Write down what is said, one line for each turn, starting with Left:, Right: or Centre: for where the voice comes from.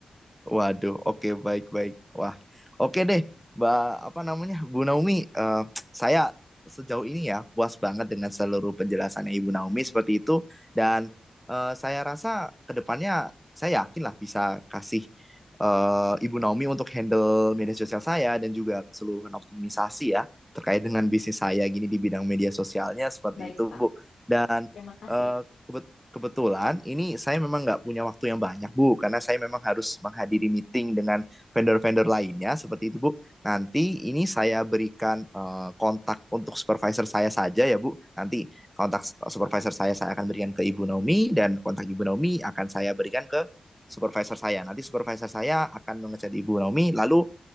Centre: Waduh, oke baik-baik. Wah, oke deh, Mbak apa namanya Bu Naomi. eh, saya sejauh ini ya puas banget dengan seluruh penjelasannya Ibu Naomi seperti itu. Dan eh, saya rasa kedepannya saya yakin lah bisa kasih eh, Ibu Naomi untuk handle media sosial saya dan juga keseluruhan optimisasi ya terkait dengan bisnis saya gini di bidang media sosialnya seperti
Left: Baik,
Centre: itu
Left: Pak.
Centre: Bu. Dan
Left: Terima kasih.
Centre: eh, kebet- kebetulan ini saya memang nggak punya waktu yang banyak Bu karena saya memang harus menghadiri meeting dengan vendor-vendor lainnya seperti itu Bu. Nanti ini saya berikan eh, kontak untuk supervisor saya saja ya Bu. Nanti kontak supervisor saya saya akan berikan ke Ibu Naomi dan kontak Ibu Naomi akan saya berikan ke supervisor saya. Nanti supervisor saya akan mengechat Ibu Naomi lalu